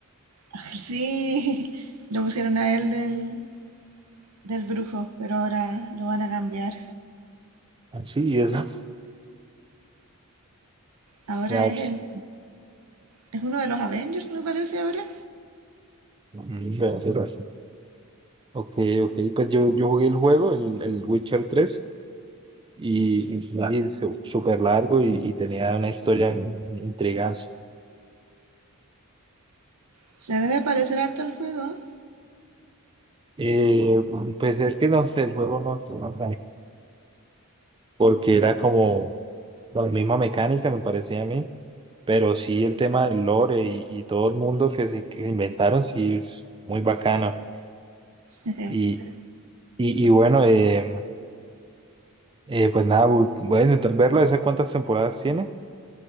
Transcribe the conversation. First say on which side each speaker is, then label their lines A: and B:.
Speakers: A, on the right; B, on the right.
A: <laughs> Sí, lo pusieron a él del, del brujo, pero ahora lo van a cambiar.
B: Ah, Sí, y esa.
A: Ahora
B: Ya, pues,
A: es él. Es uno de los Avengers, me parece ahora.
B: mm, vea, qué raro. Ok, ok. Pues yo, yo jugué el juego, el, el Witcher 3 y, y sí, su- súper largo y, y tenía una historia intrigante.
A: Se debe de parecer harto el juego.
B: Eh, pues es que no sé, el juego no, no, porque era como la misma mecánica, me parecía a mí Pero sí, el tema del lore y, y todo el mundo que se que inventaron, sí es muy bacano.
A: ¿eh?
B: Y,
A: <laughs>
B: y, y bueno, eh, eh, pues nada, bu- voy a intentar verla. ¿Esa cuántas temporadas tiene?